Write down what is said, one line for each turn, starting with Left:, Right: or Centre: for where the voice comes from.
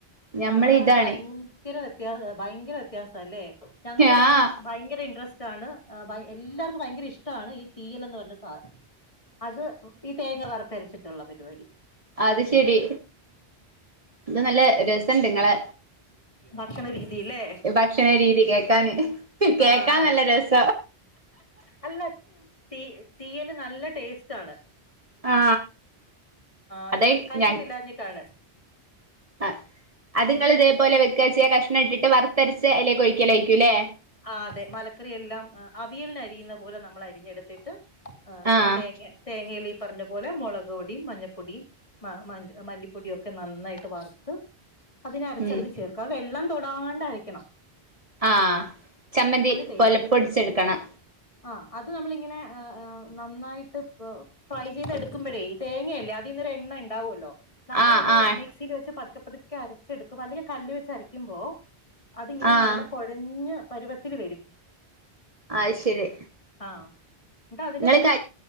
Right: ഞമ്മള്
Left: നമ്മളവിടെ
Right: ഇതാണ്
Left: ഭയങ്കര വ്യത്യാസ ഭയങ്കര വ്യത്യാസ അല്ലേ ഞങ്ങടെ
Right: ആഹ്
Left: ഭയങ്കര ഇൻട്രസ്റ്റ് ആണ് ആ എല്ലാർക്കും ഭയങ്കര ഇഷ്ടമാണ് ഈ തീയൽന്നു പറഞ്ഞ സാധനം അത് ഈ തേങ്ങ വറത്തരച്ചിട്ടുളള പരിപാടി
Right: അത് ശെരി ഇത് നല്ല രസുണ്ട് നിങ്ങളെ
Left: ഭക്ഷണ രീതില്ലേ
Right: ഇ ഭക്ഷണ രീതി കേൾക്കാന് കേക്കാൻ
Left: ആഹ്
Right: നല്ല രസ
Left: അല്ല തീ തീയല് നല്ല ടേസ്റ്റ്ണ്
Right: ആ
Left: അത്
Right: അതെ
Left: കഴിച്ചിട്ടില്ലാഞ്ഞിട്ടാണ്
Right: ഞാൻ ആ അതുങ്ങള് ഇതേപോലെയ ച്ച കഷണം ഇട്ട് വറത്തരച്ച അല്ലേെഴിക്കലഴക്കൂല്ലേ
Left: ആ അതെ മലക്കറി എല്ലാം അവിയൽന് അരിയുന്ന പോലെ നമ്മൾ അരിഞ്ഞെടുത്തിട്ട് ആ
Right: ആഹ്
Left: ആ തേങ്ങ തേങ്ങയിലി പറഞ്ഞ പോലെ മുളക് പൊടിയും മഞ്ഞപ്പൊടിയും മല്ലിപ്പൊടിയൊക്കെ നന്നായിട്ട് വറുത്ത് അതിനരച്ച
Right: ഉം
Left: അതില് ചേർക്കുക വെള്ളം തൊടാണ്ടായിരിക്കണം
Right: ആ ചമ്മന്തി
Left: ടേസ്റ്റ്
Right: പോലെപ്പൊടിച്ചെടുക്കണം
Left: ആ അത് നമ്മള ഇങ്ങനെ നന്നായിട്ട് ഫ്രൈ ചെയ്തെടുക്കുമ്പോഴേ തേങ്ങയല്ലേ എണ്ണ ഉണ്ടാവുമല്ലോ നമ്മളത്
Right: ആഹ് ആഹ്
Left: മിക്സിയിൽ വെച്ച് പതുക്കെ പതുക്കെ അരച്ചെടുക്കും അല്ലെങ്കിൽ കല്ല് വെച്ചരക്കുമ്പോ അതിങ്ങനെ
Right: ആഹ്
Left: നല്ല കുഴഞ്ഞ് പരുവത്തില് വരും.
Right: ആ ശരി.
Left: ആ എന്നട്ട് അതിന്റെ
Right: ഇങ്ങള്
Left: പിന്നെ